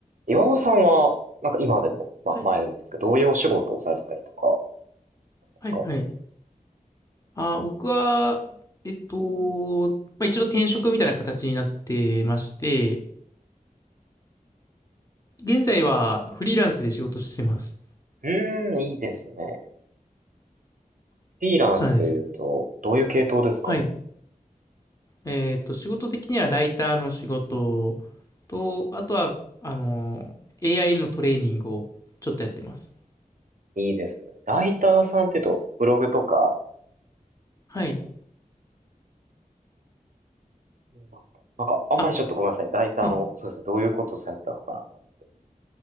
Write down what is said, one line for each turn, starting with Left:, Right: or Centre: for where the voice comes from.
Right: 岩尾さんは、なんか今でも、まあ前でもですけど、
Left: はい。
Right: どういうお仕事をされてたりとかですか
Left: はい、はい。あー、僕は、えっと、まあ、一度転職みたいな形になってまして、現在はフリーランスで仕事してます。
Right: うーん、いいですね。フリーランスというと、
Left: そうなんですよ。
Right: どういう系統ですかね
Left: はい。えっと、仕事的にはライターの仕事と、あとは、あの、AI のトレーニングをちょっとやってます。
Right: いいですね。ライターさんっていうと、ブログとか、
Left: はい。
Right: なんだなんかあんまりちょっとごめんなさい。
Left: あ、す
Right: ライターの、
Left: はい。
Right: そうですね、どういうことをされてたのかなと。